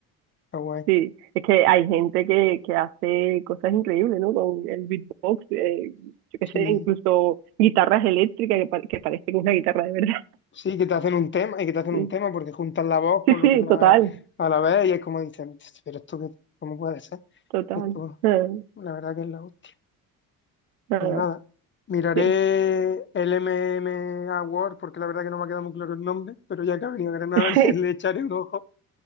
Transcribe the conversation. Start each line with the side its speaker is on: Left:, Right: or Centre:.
Left: está guay.
Right: sí. Es que hay gente que, que hace cosas increíbles, ¿no? Con el beatbox, eh, yo qué
Left: Sí,
Right: sé, incluso guitarras eléctricas que, pa- que parecen una guitarra de verdad.
Left: sí, que te hacen un tema y que te hacen
Right: <laughs> Sí,
Left: un tema porque juntan la voz
Right: sí,
Left: con lo
Right: sí,
Left: que la,
Right: total,
Left: a la vez y es como dicen, pero esto que, ¿cómo puede ser?
Right: total.
Left: Esto,
Right: Ah,
Left: la verdad que es la hostia.
Right: ah,
Left: Pues nada, miraré
Right: sí,
Left: el M MMA Award porque la verdad que no me ha quedado muy claro el nombre, pero ya que ha venido a Granada
Right: <laughs>
Left: <laughs>
Right: sí,
Left: le, le echaré un ojo